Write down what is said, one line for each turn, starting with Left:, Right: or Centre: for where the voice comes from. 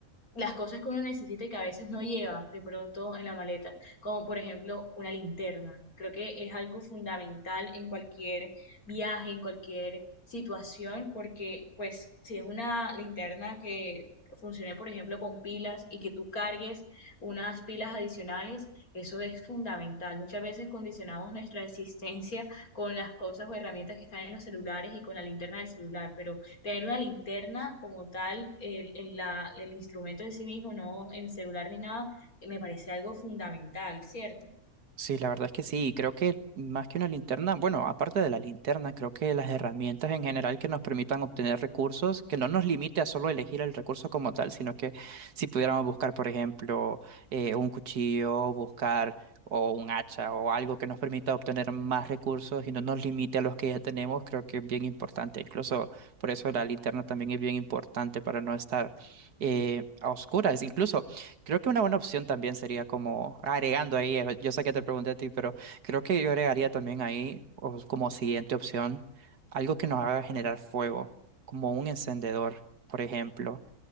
Left: las cosas que uno necesita y que a veces no lleva de pronto en la maleta, como por ejemplo una linterna. Creo que es algo fundamental en cualquier viaje, en cualquier situación, porque pues si es una linterna que funcione por ejemplo con pilas y que tú cargues unas pilas adicionales, eso es fundamental. Muchas veces condicionamos nuestra existencia con las cosas o herramientas que están en los celulares y con la linterna del celular, pero tener una linterna como tal, el, el- la, el instrumento en sí mismo, no en celular ni nada, me parece algo fundamental, ¿cierto?
Right: Sí, la verdad es que sí, y creo que más que una linterna, bueno, aparte de la linterna, creo que las herramientas en general que nos permitan obtener recursos, que no nos limite a solo elegir el recurso como tal, sino que si pudiéramos buscar, por ejemplo, eh, un cuchillo, buscar o un hacha o algo que nos permita obtener más recursos y no nos limite a los que ya tenemos, creo que es bien importante. Incluso por eso la linterna también es bien importante para no estar eh, a oscuras. Incluso Creo que una buena opción también sería como agregando ahí, eh, yo sé que te pregunté a ti, pero creo que yo agregaría también ahí o como siguiente opción algo que nos haga generar fuego, como un encendedor, por ejemplo.